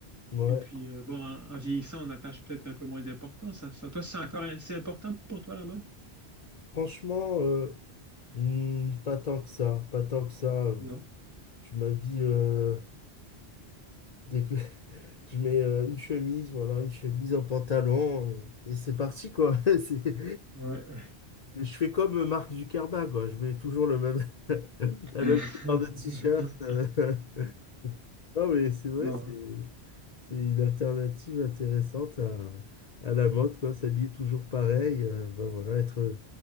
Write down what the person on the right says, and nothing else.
Et puis, euh, bon, en, en vieillissant, on attache peut-être un peu moins d'importance à ça. Toi, c'est encore assez important pour toi, la mode?
Non?
Ouais.
<laughs>
Bon.